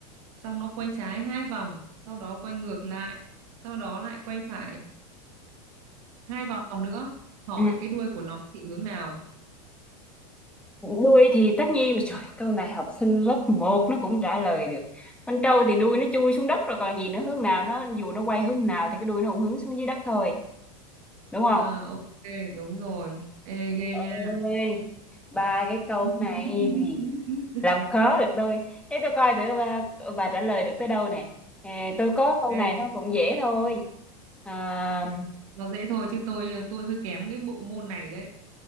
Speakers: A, on the right; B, in the centre.
A: xong nó quay trái hai vòng, sau đó quay ngược lại, sau đó lại quay phải hai vòng nữa hỏi
B: ừ.
A: cái đuôi của nó chỉ hướng nào
B: đuôi thì tất nhiên là trời câu này học sinh lớp một nó cũng trả lời được con trâu thì đuôi nó chui xuống đất rồi còn gì nữa hướng nào nó dù nó quay hướng nào thì cái đuôi nó cũng hướng xuống dưới đất thôi đúng không
A: Ờ, ok đúng rồi Ê, ghê
B: ơi
A: nha
B: ba cái câu này
A: <laughs>
B: thì làm khó được tôi thế tôi coi thử bà, bà trả lời được tới đâu nè à, tôi có câu
A: ghê.
B: này nó cũng dễ thôi à,
A: nó dễ thôi chứ tôi tôi hơi kém cái bộ môn này đấy